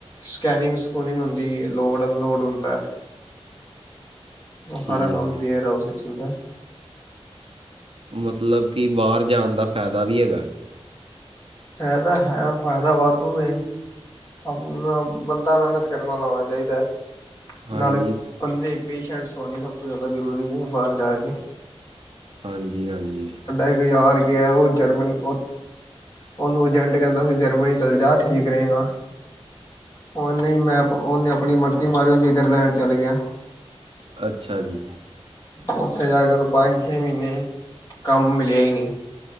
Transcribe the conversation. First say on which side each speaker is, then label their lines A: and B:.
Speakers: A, on the left; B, on the right.
A: ਸਕੈਨਿੰਗ -ਸਕੂਨਿੰਗ ਹੁੰਦੀ, ਲੋਡ -ਅਨਲੋਡ ਹੁੰਦਾ। ਉਹ
B: ਠੀਕ
A: ਸਾਰਾ ਕੰਮ
B: ਹੈ
A: ਬੇਅਰਹਾਾਊਸ ਵਿੱਚ ਹੁੰਦਾ।
B: ਮਤਲਬ ਕਿ ਬਾਹਰ ਜਾਣ ਦਾ ਫਾਇਦਾ ਵੀ ਹੈਗਾ।
A: ਇਹ ਹੈ ਤਾਂ ਹੈ, ਫਾਇਦਾ ਵਾਧੂ ਏ। ਆਪ ਬੰਦਾ ਮਿਹਨਤ ਕਰਨ ਵਾਲਾ ਹੋਣਾ ਚਾਹੀਦੈ।
B: ਹਾਂਜੀ
A: ਨਾਲੇ ਬੰਦੇ ਪੇਸ਼ੈਂਟਸ ਹੋਣੇ ਸਭ ਤੋਂ ਜ਼ਿਆਦਾ ਜ਼ਰੂਰੀ ਹੈ ਬਾਹਰ ਜਾ ਕੇ।
B: ਹਾਂਜੀ ਹਾਂਜੀ।
A: ਇਕ ਯਾਰ ਗਿਆ ਉਹ ਜਰਮਨ ਉਹਨੂੰ ਏਜੰਟ ਕਹਿੰਦਾ ਸੀ ਜਰਮਨੀ ਚੱਲ ਜਾ ਠੀਕ ਰਹੇਗਾ ਉਹ ਨਹੀਂ ਮੈਂ ਉਹਨੇ ਆਪਣੀ ਮਰਜ਼ੀ ਮਾਰੀ ਉਹ ਨੀਦਰਲੈਂਡ ਚਲ ਗਿਆ।
B: ਅੱਛਾ ਜੀ।
A: ਉੱਥੇ ਜਾ ਕੇ ਉਹਨੂੰ ਪੰਜ ਛੇ ਮਹੀਨੇ ਕੰਮ ਮਿਲਿਆ ਹੀ ਨਹੀਂ।